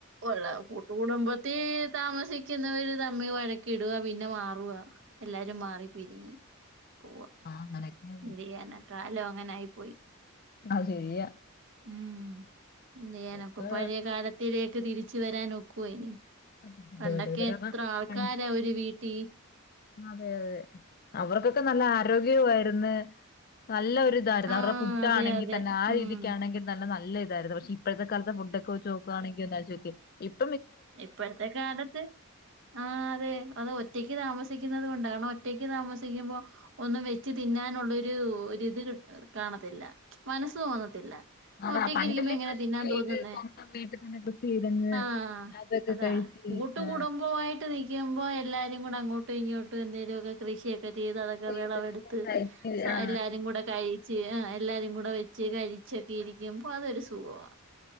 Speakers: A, on the right; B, on the left.
A: ഉള്ള കൂട്ടുകടുംബത്തി താമസിക്കുന്നവ ഒരു തമ്മി വഴ ഇട പിന്നെ മാറവാ എല്ലാരും മാറി പിരിങ്ങി പോവാ
B: ആഹ് അങ്ങനെയൊക്കെയാ
A: എന്ത് ചെയ്യാന കാലം അങ്ങനെ ആയി പോയി
B: അഹ ശരിയാ
A: ഉം എന്ത് ചെയ്യാനൊക്കെ
B: ഇതൊക്കെ
A: പഴയ കാലത്തിലേക്ക് തിരിച്ച വരാൻ നക്കുവ ഇനി
B: പറ്റത്തില്ല
A: പണ്ടൊക്കെ
B: വലുതരൊക്കെ
A: എത്ര ആൾക്കാരാ
B: പണ്ട്
A: ഒരീ വീട്ടിൽ
B: അതെ അതെ അവർക്കൊക്കെ നല്ല ആരോഗ്യവമായിരുന്നു നല്ലൊ ഒരു ഇതായിരുന്നു
A: ആഹ്
B: അവരുടെ ഫുഡ്
A: അതെ
B: ആണെങ്കിൽ
A: അതെ
B: തന്നെ ആ
A: ഉം
B: രീതിക്കാണെങ്കിൽ നല്ല നല്ല ഇതായിരുന്നു പക്ഷെ ഇപ്പോഴത്തെ കാലത്തെ ഫുഡൊക്കെ നക്കുയാണെങ്ക എന്ന്െ നക്ക്
A: ഇപ്പോഴത്തെ കാലത്ത് ആ അതെ അത് ഒറ്റക്ക് താമസിക്ക കൊണ്ട ഒറ്റക്ക് താമസിക്കുമ്പോ ഒന്നും വെച്ച് തിന്നാനുള്ള ഒരു ഇത് കാണ മനസ്സ് തോന്നിട്ടില്ല
B: അതാ
A: ഒറ്റക്ക്
B: പണ്ടല്ലേ
A: ഇരിക്കുമ്പോ എങ്ങനാ
B: കൃഷി
A: തിന്നാൻ
B: ചെയ്ത്
A: തോന്നുന്നേ
B: സ്വന്തം വീട്ടിൽ തന്നെ കൃഷി ചെയ്തങ്ങ്
A: ആഹ
B: അതൊക്കെ
A: അതാ
B: കഴിച്ച്
A: കൂട്ട്
B: ആ
A: കുടുംബയിട്ട് നിൽക്കുമ്പോ എല്ലാരും കൂടെ അങ്ങോട്ടും ഇങ്ങോട്ടും എന്തേലുമ ഒക്കെ കൃഷിയ ചെയ്ത് അതൊക്കെ
B: ചെയ്ത്
A: വിളവെടുത്ത്
B: കഴിച്ച് ആ
A: എല്ലാരും കൂടെ കഴി ച് എല്ലാവാരും കൂടെ വെച്ച് കഴിച്ചൊക്കെ ഇരിക്കുമ്പോ അതൊരു സുഖമാണ്